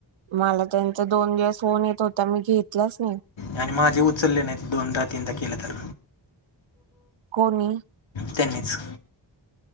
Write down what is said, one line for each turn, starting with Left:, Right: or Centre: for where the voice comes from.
Right: मला त्यांचा दोन दिवस फोन येत होता, मी घेतलाच नाही.
Left: आणि माझे उचलले नाहीत, दोनदा तीनदा केलं तर.
Right: कोणी?
Left: त्यानीच.